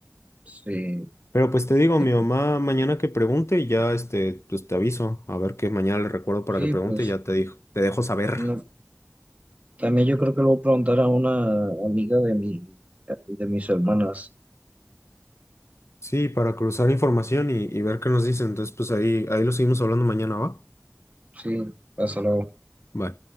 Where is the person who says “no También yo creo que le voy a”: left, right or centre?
Right